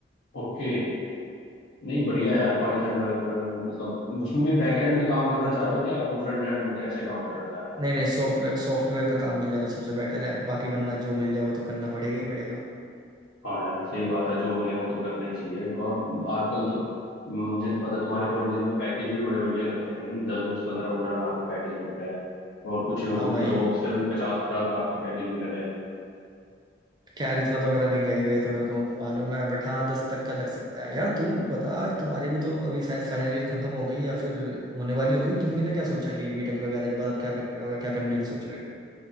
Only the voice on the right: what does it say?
नहीं नहीं सॉफ्टवेयर सॉफ्टवेयर का काम मिल जाए तो सबसे बेटर है बाकी वरना जो मिल जाए वो तो करना पड़ेगा ही पड़ेगा
हाँ
भाई
क्या यार इतना तो मेरा नहीं लगेगा ये तो मेरे को मालूम है बट हाँ दस तक का लग सकता है यार तुम बता तुम्हारी भी तो अभी शायद फाइनल ईयर खत्म हो गई या फिर होने वाली होगी तुमने क्या सोचा कि बीटेक वगैरह के बाद अब क्या कर रहे हो या क्या करने की सोच रहे हो